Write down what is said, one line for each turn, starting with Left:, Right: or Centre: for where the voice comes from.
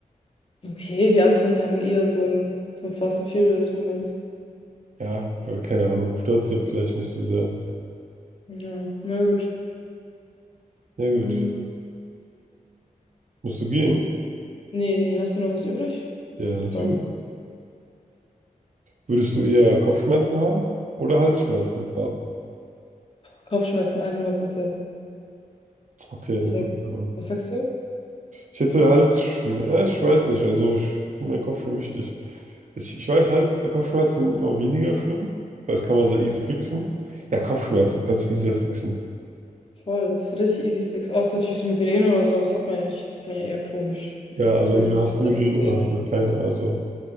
Left: Okay, die anderen haben eher so einen so einen Fast and Furious-Moment.
Right: Ja, keine Ahnung, stört dir vielleicht nicht so sehr.
Left: Ja, na gut.
Right: Na gut,
Left: Mhm.
Right: musst du gehen?
Left: Nee, nee, hast du noch was übrig?
Right: Ja,
Left: Und
Right: natürlich.
Left: Frage.
Right: Würdest du eher Kopfschmerzen haben oder Halsschmerzen haben?
Left: Kopfschmerzen hundert Prozent
Right: Okay, dann
Left: Direkt.
Right: drücken wir mal.
Left: Was sagst du?
Right: Ich hätte Halsschmerzen, ja, ich weiß nicht, also ich finde meinen Kopf schon wichtig. Ich, ich weiß, Hals, Kopfschmerzen sind immer weniger schlimm, weil das kann man sehr easy fixen. Ja, Kopfschmerzen
Left: Ja,
Right: kannst du easier fixen.
Left: voll. Das ist richtig easy fix. Außer natürlich so Migräne oder so, aber das hat man ja nicht. Das hat man ja eher chronisch.
Right: Ja,
Left: Das
Right: also
Left: will
Right: entweder
Left: ich
Right: hast
Left: nicht
Right: du Migräne
Left: dazu zählen.
Right: oder hast du keine. Also